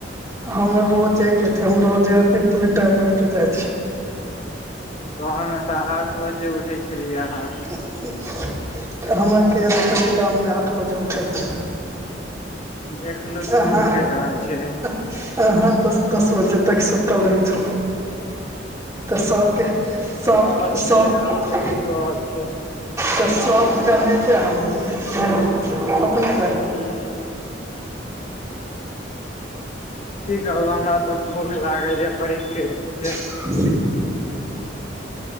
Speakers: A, on the right; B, on the left.
A: हमर रोजेके छै हम रोजे एतबी टाइममे उठि जाइ छी
B: गाँवमे तऽ आठ बजे उठै छलियै अहाँ
A: <unintelligible> हमरा कहिया देखलियै गाममे आठ बजे उठैत
B: देखलू तब
A: अहाँ
B: नऽ कहि रहल छीियै
A: अहाँ तऽ दस दस बजे तक सुतल रहै छलू तऽ सभके सभ
B: आओर
A: सभ
B: छलै आके कुछो आओर छै ह
A: तऽ सभके अहनाइतेअपने
B: हू की कहू हमरा तऽ भूख लागल यऽ बड़ी केसके
A: <unintelligible> <unintelligible>